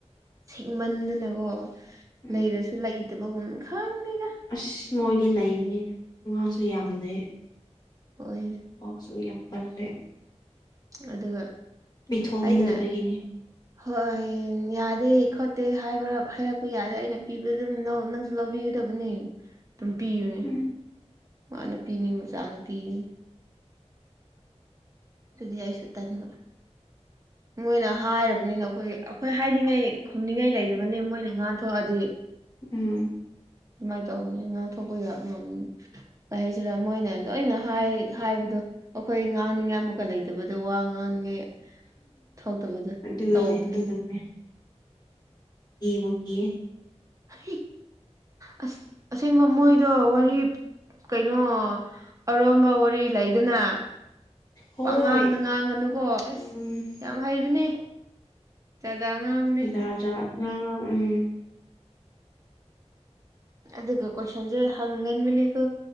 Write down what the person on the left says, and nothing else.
ꯎꯝ
ꯑꯁ ꯃꯣꯏꯗꯤ ꯂꯩꯕꯅꯤꯅ ꯉꯥꯁꯨ ꯌꯥꯝ ꯂꯦ
ꯄꯥꯎꯁꯨ ꯌꯥꯝ ꯀꯜꯂꯦ
ꯃꯤ ꯊꯣꯛꯅꯤꯡꯗꯕꯒꯤꯅꯤ
ꯎꯝ
ꯎꯝ
ꯑꯗꯨꯅꯦ
ꯑꯗꯨꯅꯦ ꯀꯤꯕꯨ ꯀꯤꯌꯦ꯫
ꯍꯣꯏ
ꯎꯝ
ꯖꯥꯠꯖꯥꯠ ꯉꯥꯡꯔ ꯎꯝ